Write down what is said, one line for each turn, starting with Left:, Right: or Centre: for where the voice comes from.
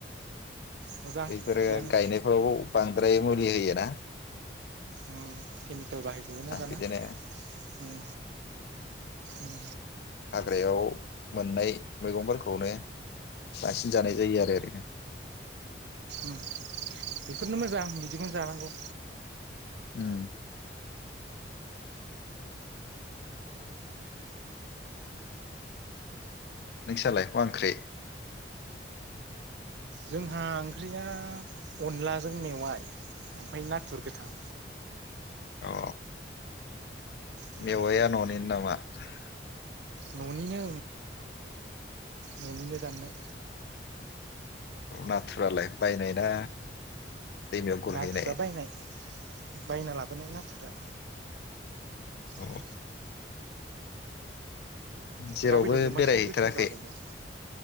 Right: मोजां
Left: बैफोरो
Right: बिदियानो
Left: गायनायफोराव बां द्राय मुलि होयो ना
Right: उम केमिकेल बाहाय जोबोना दाना
Left: बिदिनो
Right: उम उम
Left: हाग्रायाव मोननाय मैगंफोरखौनो बांसिन जानाय जायो आरो ओरैनो।
Right: ओम बेफोरनो मोजां बिदिखौनो जानांगौ।
Left: उम। नोंसालाय मा ओंख्रि।
Right: जोंहा ओंख्रिया अनलाजों मेवाइ ओमफ्राय नाथुर गोथां।
Left: अ
Right: उम
Left: मेवाया न'निनो नामा? आह
Right: न'निनो ओं न'निनो दाननाय।
Left: नाथुरालाय बायनाय ना दैमायाव गुरहैनाय
Right: नाथुरा बायनाय बायना लाबोनाय नाथुरा।
Left: औ
Right: उम
Left: जेरावबो
Right: दाउ बेदरजोंबासो
Left: बेरायहैथाराखै?
Right: गोथाव जागौमोन